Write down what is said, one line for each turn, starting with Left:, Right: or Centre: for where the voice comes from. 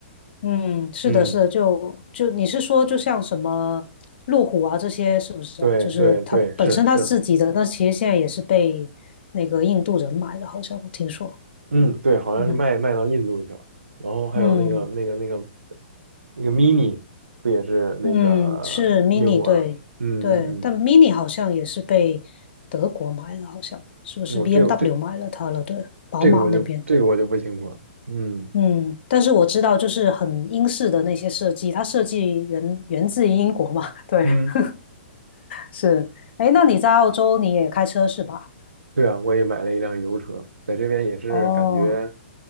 Left: 嗯，是的，
Right: 嗯，
Left: 是的，就就你是说，就像什么路虎啊这些，是不是啊？
Right: 对对对，
Left: 就是它本身它自己的，
Right: 是是。
Left: 那其实现在也是被那个印度人买的，好像我听说。
Right: 嗯，对，好像是卖卖到印度去了。
Left: 嗯
Right: 然后还有那个那个那个
Left: 嗯
Right: 那个 mini，不也是那个英国的？
Left: 嗯，是 Mini，对对，
Right: 嗯嗯
Left: 但 Mini 好像也是被德国买了，好像是不是
Right: 嗯，我、
Left: BMW
Right: 这个这
Left: 买了它了？对，宝马那边。
Right: 这个我就这个我就不清楚了。嗯，
Left: 嗯，但是我知道，就是很英式的那些设计，它设计源源自于英国嘛，对。
Right: 嗯，
Left: <laughs> 是，哎，那你在澳洲你也开车是吧？
Right: 对啊，我也买了一辆油车，在这边也是感觉
Left: 哦，